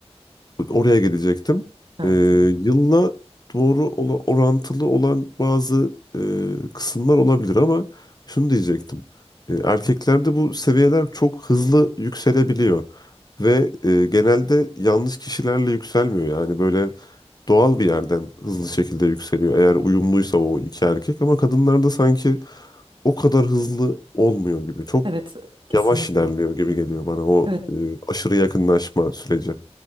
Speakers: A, on the left; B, on the right.
A: Oraya gelecektim.
B: Ha,
A: Ee,
B: tamam.
A: yılla doğru ola- orantılı olan bazı e, kısımlar olabilir ama şunu diyecektim. Ee, erkeklerde bu seviyeler çok hızlı yükselebiliyor ve e, genelde yanlış kişilerle yükselmiyor. Yani böyle doğal bir yerden hızlı şekilde yükseliyor eğer uyumluysa
B: Hı hı.
A: o iki erkek ama kadınlarda sanki o kadar hızlı olmuyor gibi. Çok
B: Evet, kesinlikle.
A: yavaş ilerliyor gibi geliyor bana o
B: Evet,
A: e, aşırı yakınlaşma süreci.